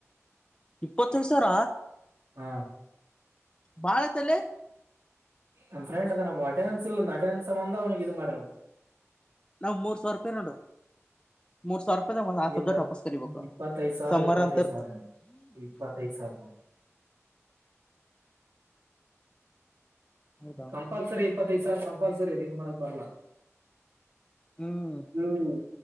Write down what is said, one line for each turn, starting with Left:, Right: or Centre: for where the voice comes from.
Left: <inaudible> ಇಪಾತೈದು ಸಾವಿರ
Right: ಹಾ
Left: ಬಳತಲ್ಲೇ
Right: ನಮ್ಮ ಫ್ರೆಂಡು ಅಟೆಂಡೆನ್ಸ್ ಇಲ್ಲಂದ ಅಟೆಂಡೆನ್ಸ್ ಸಂಬಧ ಅವನಿಗೆ ಇದು ಮಾಡರು
Left: ನಾವ್ ಮೂರ್ ಸಾವಿರ ರೂಪಾಯಿ ನೋಡು ಮೂರ್ ಸಾವಿರ ರೂಪಾಯಿದಾಗ ಒಂದ್ ಆ ಸಬ್ಜೆಕ್ಟ್
Right: ಇಲ್ಲ
Left: ವಾಪಸ್ ಕರಿಬೇಕು
Right: ಇಪ್ಪತ್ತೈದು ಸಾವಿರ
Left: ಸಮ್ಮರ್
Right: ಇಪ್ಪತ್ತೈದು
Left: ಅಂತ ಇರ್ತ
Right: ಸಾವಿರ ಇಪ್ಪತ್ತೈದು ಸಾವಿರ
Left: ಹೌದಾ
Right: ಕಂಪಲ್ಸರಿ ಇಪ್ಪತ್ತೈದು್ ಸಾವರ ಕಂಪಲ್ಸರಿ ಅದ ಏನ್ ಮಾಡಕ್ ಬರ್ಲಾ
Left: ಹ್ಮ್
Right: ಹ್ಮ್